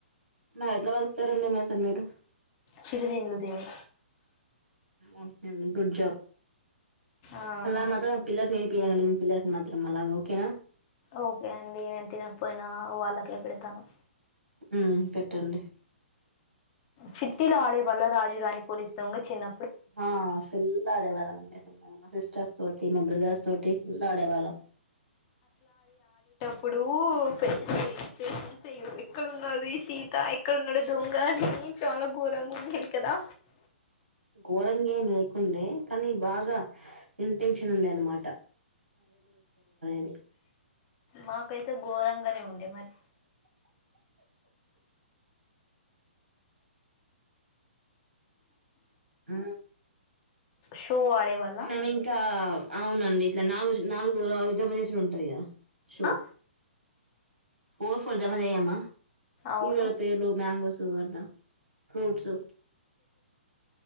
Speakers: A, on the right (about 75°); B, on the left (about 35°).
A: మరి ఎట్లా బతుకుతారు అండి అసలు మీరు
B: చిరుదిండ్లు తిని
A: ఓకే గుడ్ జాబ్
B: ఆహా
A: అలా మాత్రం పిల్లకు యల మీ పిల్లలకుకి మాత్రం అలాగ ఓకేనా
B: ఓకే అండి నేను తినకపోయినా వాళ్ళకే పెడతాను
A: ఉ పెట్టండి
B: చిట్టల ఆడేవాళ్ళ రాజు రాణి పోలిసు దొంగ చిన్న
A: ఆ ఫుల్ ఆడేవాళ్ళమండి మా సిస్టర్స్ తోటి న బ్రదర్స్ తోటి ఫుల్ అడవాల
B: ఇప్పుడు ఫేస్ ఎక్స్ప్రెస్ ఎక్కడా ఉనాది సీత ఎక్కడన్నాడు దొంగ చాలా ఘోరంగా ఉండది కదా
A: ఘోరంగా ఏం లేకుండే కానీ బాగా ఇంటెన్షన్ ఉండే అనమాట <unintelligible>
B: మాకైతే ఘోరంగానే ఉండే మరి
A: ఉ
B: షో ఆడే వాళ్ళ
A: మేము ఇంకా అవునండి ఇట్లా నాలుగు నాలుగు <unintelligible> ఉంటది కదా షో
B: ఆ
A: ఫోర్ ఫోర్ జమ చేయమా
B: అవును
A: హీరోల పేర్లు మ్యాంగోస్ అట్లా ఫ్రూట్స్